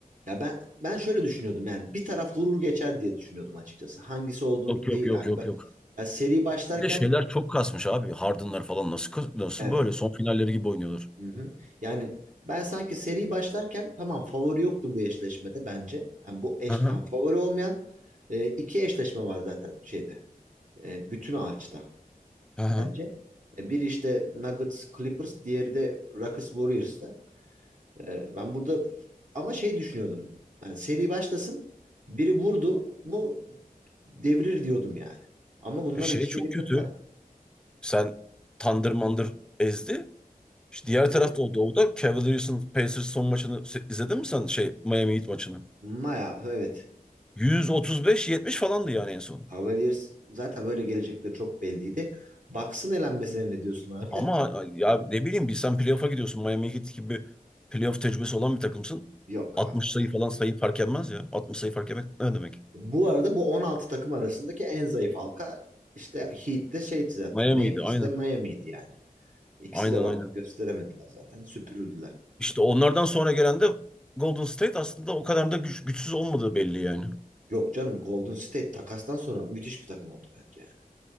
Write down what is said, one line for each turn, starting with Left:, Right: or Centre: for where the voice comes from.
Right: Ya ben ben şöyle düşünüyordum yani bir taraf vurur geçer diye düşünüyordum açıkçası. Hangisi olduğu
Centre: Yok yok
Right: değil.
Centre: yok
Right: Yani
Centre: yok
Right: ben,
Centre: yok.
Right: ya seri başlarken
Centre: Bir de şeyler çok kasmış abi. Harden'lar falan nasıl kas- nasıl
Right: evet.
Centre: böyle son finalleri gibi oynuyorlar.
Right: Hı hı. Yani ben sanki seri başlarken tamam favori yoktu bu eşleşmede bence. Yani bu eş,
Centre: Hı hı.
Right: yani favori olmayan e, iki eşleşme var zaten şeyde. E, bütün ağaçta
Centre: Hı hı.
Right: bence. E, biri işte Nuggets Clippers, diğeri de Rockets Warriors'ta. E, ben burada ama şey düşünüyordum. Yani seri başlasın, biri vurdu mu devirir diyordum yani. Ama bunlar
Centre: E şey
Right: üç
Centre: çok
Right: üçe getirdiler.
Centre: kötü. Sen Thunder mandır ezdi. İşte
Right: Kandırıyor.
Centre: diğer tarafta o doğuda Cavaliers'ın Pacers son maçını se- izledin mi sen şey Miami Heat maçını?
Right: Maya evet.
Centre: 135-70 falandı yani en son.
Right: Cavaliers zaten öyle gelecekleri çok belliydi. Bucks'ın elenmesine ne diyorsun abi?
Centre: Ama ya ne bileyim bir sen playoff'a gidiyorsun. Miami Heat gibi playoff tecrübesi olan bir takımsın.
Right: <laughs> Yok
Centre: 60
Right: abi
Centre: sayı
Right: yani.
Centre: falan sayı fark etmez ya. 60 sayı fark etmek ne demek?
Right: Bu arada bu 16 takım arasındaki en zayıf halka işte Heat'te şey zaten.
Centre: Miami'ydi
Right: Memphis'te
Centre: aynen.
Right: Miami'ydi yani. İkisi
Centre: Aynen
Right: de varlık
Centre: aynen.
Right: gösteremediler zaten. Süpürüldüler.
Centre: İşte onlardan sonra gelen de Golden State aslında o kadar da güç- güçsüz olmadığı belli yani.
Right: Yok canım Golden State takastan sonra müthiş bir takım oldu bence yani.